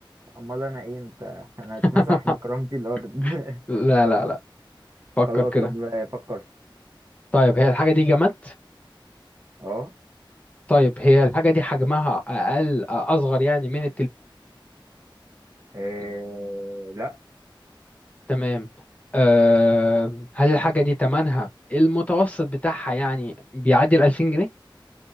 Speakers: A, on the right; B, on the left.
A: امال انا ايه انت انا
B: <laughs>
A: هتمسح بكرامتي الارض <laughs>
B: لا لا لا فكر
A: خلاص
B: كده
A: طب فكرت
B: طيب هي الحاجة دي جماد
A: اه
B: طيب هي الحاجة دي حجمها أقل أصغر يعني من
A: إيه،
B: التليفون
A: لا
B: تمام أه هل الحاجة دي تمنها المتوسط بتاعها يعني بيعدي ال 2000 جنيه؟